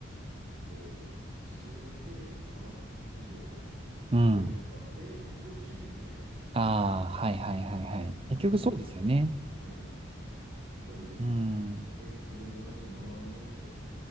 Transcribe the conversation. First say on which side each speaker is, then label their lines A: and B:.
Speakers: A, on the right (about 45°); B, on the right (about 30°).
A: こう、自分で裁く授業をする、
B: うん。
A: プレイは、プレイを卒業しないといけないってことですね。
B: ああ、はいはいはいはい。
A: うん。やっ
B: 結局そうですよね。
A: ぱりその、はい。やっぱり運営する側に回らないと
B: うん。